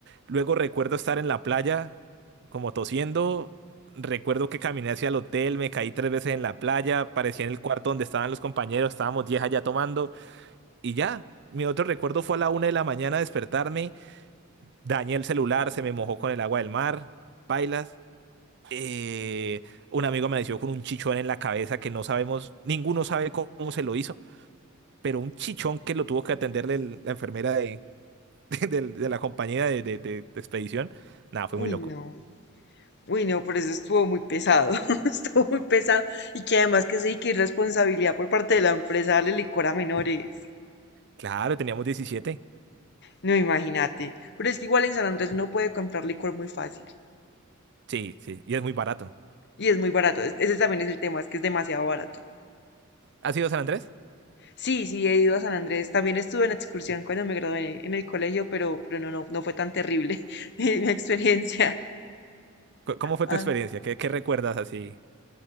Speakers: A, on the right; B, on the left.
A: Luego recuerdo estar en la playa, como tosiendo. Recuerdo que caminé hacia el hotel, me caí tres veces en la playa, parecía en el cuarto donde estaban los compañeros, estábamos 10 allá tomando. Y ya, mi otro recuerdo fue a la una de la mañana despertarme, dañé el celular, se me mojó con el agua del mar, pailas. Eh, un amigo amaneció con un chichón en la cabeza que no sabemos, ninguno sabe cómo se lo hizo, pero un chichón que lo tuvo que atender el- la enfermera de, <laughs> de- de de la compañía de, de- de- de expedición. Nada, fue
B: Uy,
A: muy loco.
B: no. Uy, no, por eso estuvo muy pesado. <laughs> Estuvo muy pesado. Y que además que sí, que irresponsabilidad por parte de la empresa darle licor a menores.
A: Claro, teníamos diecisiete
B: No, imagínate. Pero es que igual en San Andrés uno puede comprar licor muy fácil.
A: Sí, sí, y es muy barato.
B: Y es muy barato. Es- Ese también es el tema, es que es demasiado barato.
A: ¿Has ido a San Andrés?
B: Sí, sí, he ido a San Andrés. También estuve en excursión cuando me gradué en el colegio, pero, pero no, no, no fue tan terrible <laughs> mi, mi experiencia. <laughs>
A: ¿Cu- ¿Cómo fue
B: Ah,
A: tu experiencia? ¿Qué, qué recuerdas así?